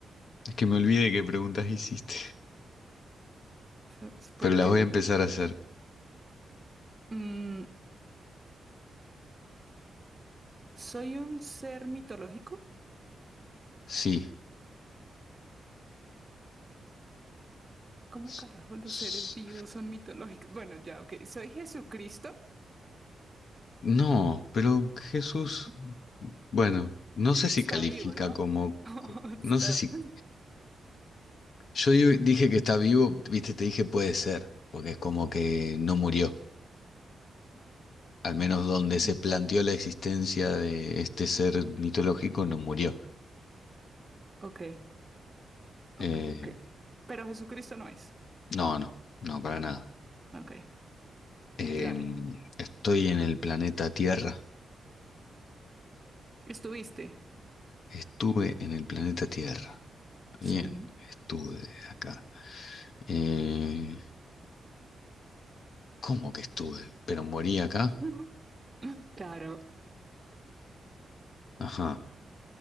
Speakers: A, on the left; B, on the right.
A: es que me olvidé qué preguntas <laughs> hiciste.
B: so- supongo
A: Pero las
B: que...
A: voy a empezar a hacer.
B: mm, soy un ser mitológico.
A: Sí.
B: ¿Cómo
A: S-
B: carajo los
A: s-
B: seres vivos son mitológicos? Bueno, ya, ok. Soy Jesucristo.
A: No, pero Jesús...
B: Oh,
A: Bueno, no sé si
B: Está
A: califica
B: vivo, ¿no?
A: como...
B: <laughs>
A: co-
B: Está...
A: No sé si Yo di- dije que está vivo, viste, te dije puede ser, porque es como que no murió. Al menos donde
B: <laughs>
A: se planteó la existencia de este ser mitológico, no murió.
B: Ok, ok,
A: Eh,
B: ok. Pero Jesucristo no es.
A: no, no, no, para nada.
B: Ok,
A: Eh,
B: dale.
A: estoy en el planeta Tierra.
B: ¿Estuviste?
A: Estuve en el planeta Tierra. Bien,
B: Sí.
A: estuve acá. Eh, ¿cómo que estuve? ¿Pero morí acá?
B: <laughs> Claro.
A: Ajá.